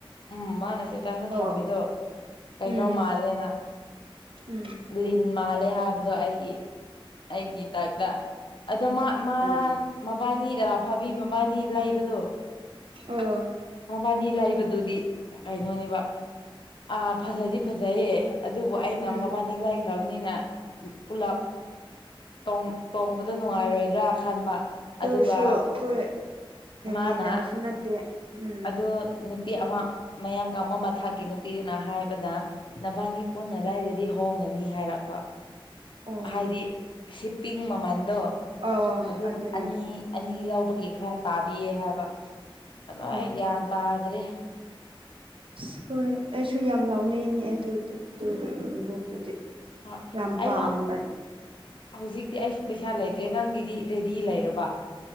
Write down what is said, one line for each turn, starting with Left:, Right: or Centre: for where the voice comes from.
Left: ꯎꯝ ꯃꯥꯅꯁꯦ ꯍꯞꯇꯥꯁꯨ
Right: ꯑꯣ
Left: ꯊꯝꯃꯤꯗꯣ ꯀꯩꯅꯣ
Right: ꯎꯝ
Left: ꯃꯥꯜꯂꯦꯅ
Right: ꯎꯝ
Left: ꯂꯤꯟ ꯃꯥꯜꯂꯦ ꯍꯥꯏꯕꯗꯣ ꯑꯩꯒꯤ ꯑꯩꯒꯤ ꯇꯥꯏꯞ ꯗ ꯑꯗꯣ ꯃꯥ ꯃꯥ
Right: ꯀꯅꯥ
Left: ꯃꯕꯥꯅꯤ ꯒꯔꯥ ꯑꯐꯥꯕꯤ ꯃꯕꯥꯅꯤ ꯂꯩꯕꯗꯣ
Right: ꯑꯣ
Left: ꯃꯕꯥꯅꯤ ꯂꯩꯕꯗꯨꯗꯤ ꯀꯩꯅꯣꯅꯦꯕ ꯑꯥ ꯐꯖꯗꯤ ꯐꯖꯩꯌꯦ ꯑꯗꯨꯕꯨ ꯑꯩꯅ
Right: ꯎꯝ
Left: ꯃꯕꯥꯅꯤ ꯂꯥꯏꯈ꯭ꯔꯕꯅꯤꯅ ꯄꯨꯂꯞ ꯇꯣꯡ ꯇꯣꯡꯕꯗ ꯅꯨꯡꯉꯥꯏꯔꯣꯏꯗ꯭ꯔꯥ ꯈꯟꯕ
Right: ꯑꯗꯨꯔꯁꯨ
Left: ꯑꯗꯨꯒ
Right: ꯑꯩꯈꯣꯏ ꯂꯝꯃꯤꯟꯅꯕꯁꯨ
Left: ꯃꯥꯅ
Right: ꯅꯠꯇꯦ ꯎꯝ
Left: ꯑꯗꯣ ꯅꯨꯄꯤ ꯑꯃ ꯃꯌꯥꯡꯒꯕ ꯃꯊꯛꯀꯤ ꯅꯨꯄꯤꯗꯨꯅ ꯍꯥꯏꯕꯗ ꯅꯕꯥꯅꯤ ꯄꯨꯟꯅ ꯂꯩꯔꯗꯤ ꯍꯣꯡꯉꯅꯤ ꯍꯥꯏꯔꯛꯄ
Right: ꯑꯣ
Left: ꯍꯥꯏꯗꯤ ꯁꯤ ꯄꯤꯡ ꯃꯃꯜꯗꯣ
Right: ꯑꯣ
Left: ꯑꯗꯨꯝ
Right: ꯑꯗꯨꯅꯦ
Left: ꯑꯅꯤ ꯑꯅꯤ ꯂꯧꯕꯒꯤ ꯈꯔ ꯇꯥꯕꯤꯌꯦ ꯍꯥꯏꯕ ꯑꯗꯨ
Right: ꯍꯣꯏ
Left: ꯑꯩ ꯒ꯭ꯌꯥꯟ ꯇꯥꯗ꯭ꯔꯦ
Right: ꯑꯁ ꯍꯣꯏ ꯑꯩꯁꯨ ꯌꯥꯝ ꯂꯥꯎꯅꯤꯡꯉꯦ ꯑꯗꯨꯗ ꯗꯨꯗ ꯕꯣꯛꯇꯨꯗꯤ
Left: ꯍꯣꯏ
Right: ꯌꯥꯝ
Left: ꯑꯩ
Right: ꯄꯥꯝꯕꯅꯤ
Left: ꯂꯧ ꯍꯧꯖꯤꯛꯇꯤ ꯑꯩꯁꯨ ꯄꯩꯁꯥ ꯂꯩꯇ꯭ꯔꯦ ꯅꯪꯒꯤꯗꯤ ꯔꯦꯗꯤ ꯂꯩꯔꯕ